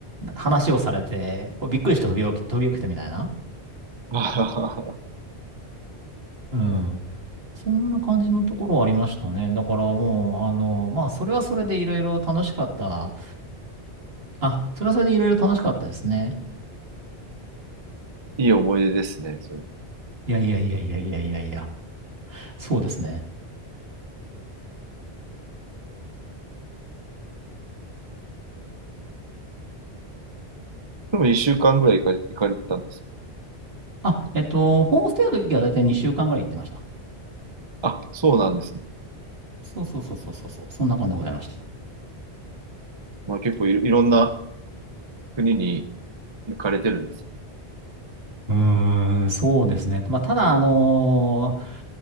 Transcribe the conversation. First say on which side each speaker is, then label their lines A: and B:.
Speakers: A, on the right; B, on the right.
A: 話をされて、こうびっくりして飛び起き、飛び起きたみたいな。
B: あははは
A: うん。そんな感じのところはありましたね。だからもう、あの、まあ、それはそれでいろいろ楽しかった。あ、それはそれでいろいろ楽しかったですね。
B: <laughs> いい思い出ですね、それ。
A: いやいやいやいやいやいやいや。そうですね。
B: でも一週間ぐらい行かれ、行かれてたんですよ。
A: あ、えっと、ホームステイの時はだいたい2週間ぐらい行ってました。
B: あ、そうなんですね。
A: そうそうそうそうそうそう、そんな感じでございました。
B: まあ結構いろ、いろんな国に行かれてるんです。
A: うーん、そうですね。まあ、ただ、あのー